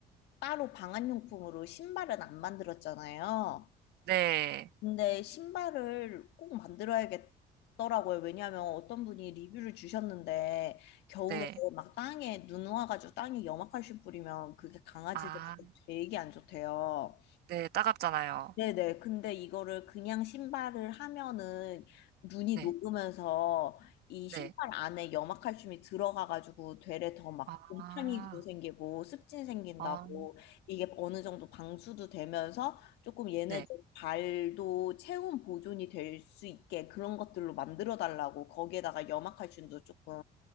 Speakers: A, on the left; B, on the right.
A: 따로 방한용품으로 신발은 안 만들었잖아요.
B: 네.
A: 근데 신발을 꼭 만들어야겠더라고요. 왜냐하면 어떤 분이 리뷰를 주셨는데 겨울에
B: 네.
A: 막 땅에 눈 와가지고 땅에 염화칼슘 뿌리면 그게 강아지들한테
B: 아,
A: 되게 안 좋대요.
B: 네. 따갑잖아요.
A: 네네. 근데 이거를 그냥 신발을 하면은 눈이
B: 네.
A: 녹으면서 이
B: 네.
A: 신발 안에 염화칼슘이 들어가가지고 되레 더 막
B: 아,
A: 곰팡이도 생기고 습진 생긴다고
B: 아,
A: 이게 어느 정도 방수도 되면서 조금 얘네들
B: 네.
A: 발도 체온 보존이 될 수 있게 그런 것들로 만들어 달라고 거기에다가 염화칼슘도 조금